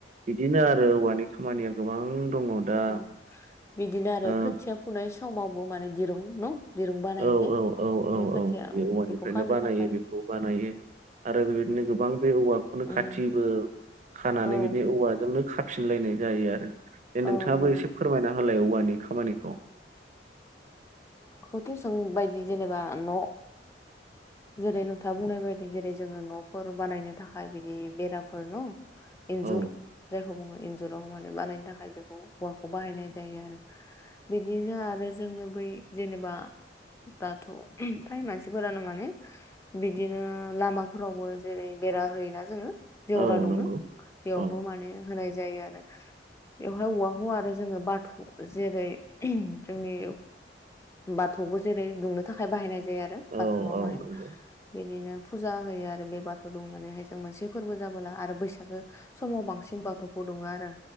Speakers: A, on the right; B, on the left.
A: बिदिनो आरो औवानि खामानिया गोबां। दङ दा
B: ओ बिदिनो आरो
A: ओ
B: खोथिया फुनाय समावबो माने दिरुं न' दिरुं बानायो
A: औ
B: जे
A: औ औ औ
B: ओ खोथिया
A: औ बे
B: ओम
A: औवानिफ्रायनो
B: बेखौ खानो
A: बानायो
B: थाखाय।
A: बेखौ बानायो आरो बेबायदिनो गोबां बे औवाखौनो खाथिबो
B: उम
A: खानानै
B: औ
A: बिदिनि औवाजोंनो खा फिनलायनाय जायो आरो। दे नोंथाङाबो
B: औ नंगौ
A: एसे
B: नों
A: फोरमायना होलाय औवानि खामानिखौ।
B: किसां बायदि जेनेबा न' जेरै नोंथाङा बुंनाय बायदि जेरै जोङो न'फोर बानायनो थाखाय बिदि बेराफोर न'। इन्जुर
A: औ
B: जायखौ बुङो इन्जुराव माने बानायनो थाख माय बेखौ औवाखौ बाहायनाय जायो आरो। बिदिनो आरो जोङो बै जेनेबा दाथ' फ्राय मानसिफोरानो माने बिदिनो लामाफोरावबो जेरै बेरा होयोना जोङो जेवरा
A: औ
B: दङो
A: नंगौ
B: बेयावबो
A: औ
B: माने होनाय जायो आरो। बेवहाय औवाखौ आरो जोङो बाथौ जेरै जोंनि बाथौबो जेरै दुंनो थाखाय बाहायनाय जायो आरो
A: औ
B: बाथौआवहाय
A: औ नंगौ
B: बिदिनो फुजा होयो आरो बे बाथौ दुनानैहाय जों मोनसे फोरबो जाबोला आरो बैसागो समाव बांसिन बाथौखौ दं दङ आरो।